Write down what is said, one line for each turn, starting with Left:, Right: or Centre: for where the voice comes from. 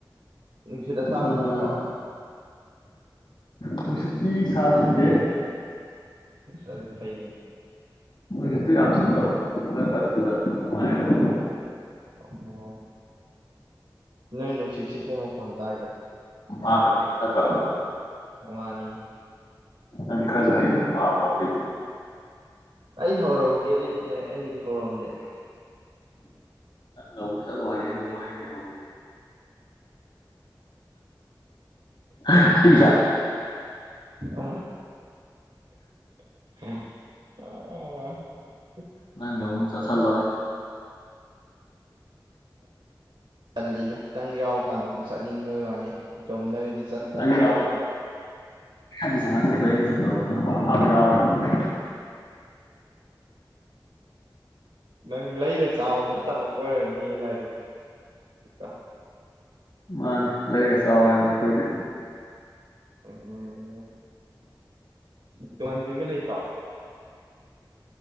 Right: ꯅꯨꯡꯁꯤꯠ ꯑꯁꯥꯕ
Left: ꯑꯥ
Right: ꯁꯤꯠꯇ꯭ꯔꯣ
Left: ꯅꯨꯡꯁꯤꯠꯇꯤ ꯁꯥꯕꯁꯤꯠꯇꯦ
Right: ꯑꯁ ꯑꯗꯨ ꯐꯩꯅꯦ
Left: ꯃꯣꯏꯗꯁꯨ ꯌꯥꯝ ꯁꯤꯠꯇꯕ ꯑꯗꯨꯀꯥꯟ ꯊꯤꯜꯂꯛ ꯑꯗꯤ ꯅꯨꯡꯉꯥꯏꯒꯗꯕ
Right: ꯑꯣ ꯅꯣꯏ ꯅꯨꯡꯁꯤꯠꯁꯤꯠꯄꯩ ꯃꯈꯣꯟ ꯇꯥꯏꯗ
Left: ꯇꯥꯗꯝꯅꯤ ꯅꯠꯇ꯭ꯔ
Right: ꯋꯥꯅꯤꯅꯦ
Left: ꯅꯪꯗꯤ ꯈꯔꯖꯨ ꯍꯩꯗꯅ ꯀꯥꯕ ꯈꯣꯠꯄꯩꯗꯤ
Right: ꯑꯩ ꯍꯧꯔꯝꯒꯦꯗꯤ ꯑ ꯑꯩꯗꯤ ꯍꯧꯔꯝꯗꯦ <inaudible>
Left: ꯅꯪ ꯑꯃꯨꯛ ꯆꯠꯂꯣ ꯍꯌꯦꯡ
Right: ꯌꯦꯡꯖꯜꯂꯒ
Left: ꯑꯃꯨꯛ ꯑꯩ ꯂꯩꯍꯧꯔꯒꯦ <inaudible> ꯍꯥꯍꯥꯍꯥ
Right: ꯑ ꯑ
Left: ꯅꯪꯒ ꯃꯨꯛ ꯆꯠꯁꯜꯂꯣ
Right: ꯇꯜꯂꯤꯗ ꯅꯪ ꯌꯥꯎꯔꯀꯥꯟꯗꯕꯨ ꯆꯠꯅꯤꯡꯕꯩ ꯋꯥꯅꯤ ꯏꯇꯣꯝꯗꯒꯗꯤ ꯆꯠꯄꯗꯗꯤ
Left: ꯑꯩ ꯌꯥꯎ
Right: ꯇꯜꯂꯤ.
Left: <inaudible> ꯁꯨꯃꯥ ꯆꯠꯖꯦ ꯑꯩꯒ ꯆꯠꯄꯃ ꯁꯨꯡꯐꯥ ꯐꯥꯕ ꯌꯥꯎꯔꯔꯣꯏ ꯗꯝꯅꯦ
Right: ꯅꯪ ꯂꯩꯔ ꯆꯥꯎꯑꯅ ꯇꯝꯃꯛ ꯑꯣꯏꯔꯝꯒꯅꯤꯌꯦ ꯂꯥꯏꯕꯛꯇꯣ
Left: ꯃꯥꯅꯦ ꯂꯩꯔꯒ ꯆꯥꯎ ꯍꯥꯏꯕꯅꯦ ꯑꯩꯈꯣꯏꯗꯤ
Right: ꯎꯝ ꯇꯨꯡꯍꯟꯕꯤꯒ ꯂꯩꯇ꯭ꯔꯣ